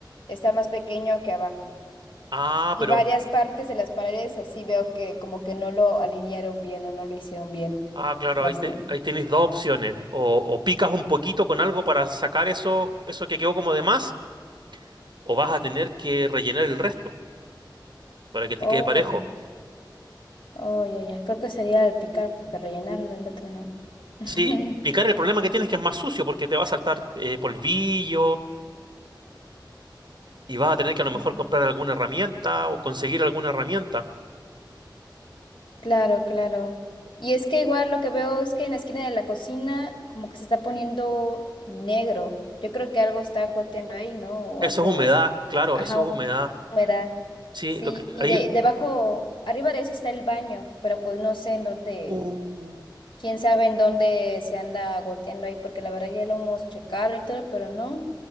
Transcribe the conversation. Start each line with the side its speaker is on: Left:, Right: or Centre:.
Left: está más pequeño que abajo.
Right: Ah,
Left: Y
Right: pero,
Left: varias partes de las paredes así veo que como que no lo alinearon bien o no lo hicieron bien.
Right: ah, claro,
Left: Las,
Right: ahí, te- ahí tienes dos opciones. O, o picas un poquito con algo para sacar eso, eso que quedó como de más, o vas a tener que rellenar el resto para que te
Left: oh.
Right: quede parejo.
Left: Oh, ya, ya. Creo que sería el picar, porque rellenarlo, el otro no. <laughs>
Right: Sí, picar el problema que tienes es que es más sucio porque te va a saltar eh, polvillo y vas a tener que a lo mejor
Left: Ese.
Right: comprar alguna herramienta o conseguir alguna herramienta.
Left: Claro, claro. Y es que igual lo que veo es que en la esquina de la cocina como que se está poniendo negro. Yo creo que algo está goteando ahí, ¿no? O
Right: Eso
Left: algo,
Right: es humedad, claro,
Left: ajá,
Right: eso
Left: hum-
Right: es humedad.
Left: humedad.
Right: Sí,
Left: Sí,
Right: lo que
Left: y
Right: ahí
Left: de
Right: el-
Left: debajo, arriba de eso está el baño, pero pues no sé en dónde.
Right: Uh,
Left: Quién sabe en dónde se anda goteando ahí, porque la verdad ya lo hemos checado y todo, pero no,